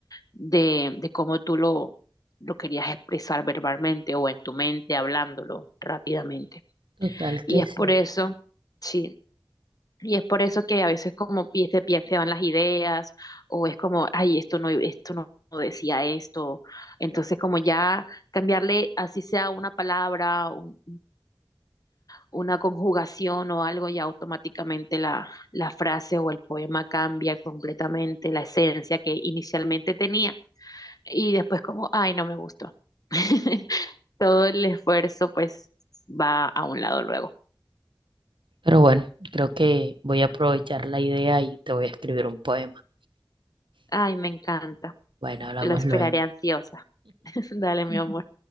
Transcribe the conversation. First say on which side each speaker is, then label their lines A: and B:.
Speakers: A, on the left; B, on the right.
A: de, de cómo tú lo, lo querías expresar verbalmente o en tu mente, hablándolo rápidamente.
B: Total
A: Y
B: que
A: es
B: sí.
A: por eso, sí, y es por eso que a veces como pies de pies te van las ideas o es como, ay, esto no, esto no. no decía esto, entonces como ya cambiarle así sea una palabra, un- una conjugación o algo, ya automáticamente la, la frase o el poema cambia completamente la esencia que inicialmente tenía y después como, ay, no me gustó. <laughs> Todo el esfuerzo pues va a un lado luego.
B: Pero bueno, creo que voy a aprovechar la idea y te voy a escribir un poema.
A: Ay, me encanta.
B: Bueno, hablamos
A: Lo esperaré
B: luego.
A: ansiosa. <laughs> Dale, mi amor.